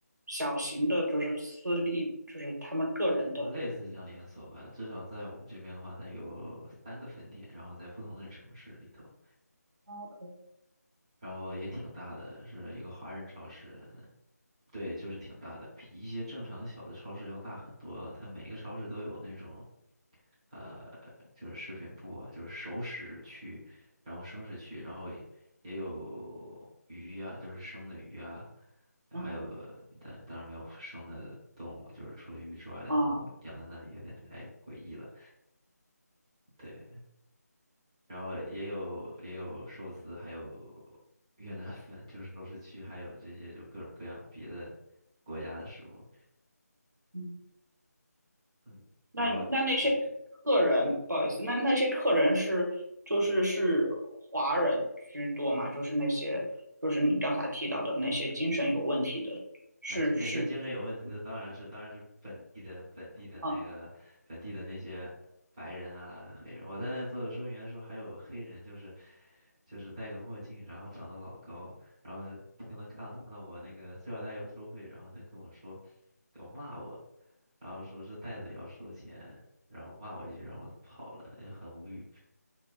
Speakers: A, on the right; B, on the right.
A: 小型的，就是私立，就是他们个人的？
B: 也类似像连锁吧，至少在我们这边的话，它有三个分店，然后在不同的城市里头。
A: 哦
B: 然后也挺大的，是一个华人超市，对，就是挺大的，比一些正常的小的超市要大很多。它每一个超市都有那种，呃，就是食品部啊，就是熟食区，然后生食区，然后也也有鱼呀、就是生的鱼啊，还有
A: 嗯
B: 但当然没有生的动物，就是除了鱼之外的动物养在那里有点太诡异了。
A: 啊，
B: 对，然后也有也有寿司，还有越南粉，就是熟食区，还有这些就各种各样别的国家的食物。
A: 嗯，
B: 嗯，然后嗯，
A: 那你那那些客人，不好意思，那那些客人是就是是华人居多嘛？就是那些就是你刚才提到的那些精神有问题的，是是
B: 那可那些精神有问题的当然是当然是本地的本地的那个本地的那些白人啊黑人。
A: 嗯，
B: 我在那个做收银员的时候，还有黑人，就是就是戴个墨镜，然后长得老高，然后呢听他看看到我那个塑料袋要收费，然后他跟我说，给我骂我，然后说这袋子也要收钱，然后骂我一句，然后我跑了，很无语。